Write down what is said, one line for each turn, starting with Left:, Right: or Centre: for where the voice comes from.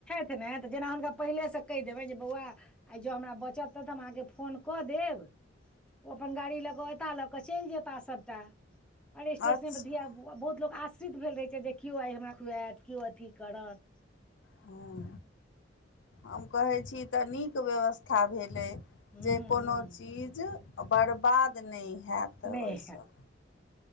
Centre: तै ने तऽ जेना हुनका पहिलेसँ कहि देबनि जे बौआ आइ जँ हमरा बचत तऽ तऽ हम अहाँके फोन कऽ देब। ओ अपन गाड़ी लऽ कऽ ऐता लऽ कऽ चलि जेता सबटा, अरे स्टेशन
Left: अच्छा
Centre: पर धिया बहुत लोक आश्रित भेल रहै छै जे, कियो आइ हमरा खुऐत कियो अथी करत।
Left: हँ हम कहै छी तऽ नीक व्यवस्था भेलै।
Centre: हूँ
Left: जे कोनो
Centre: हूँ
Left: चीज बर्बाद नहि हैत
Centre: नहि
Left: ओहिसँ।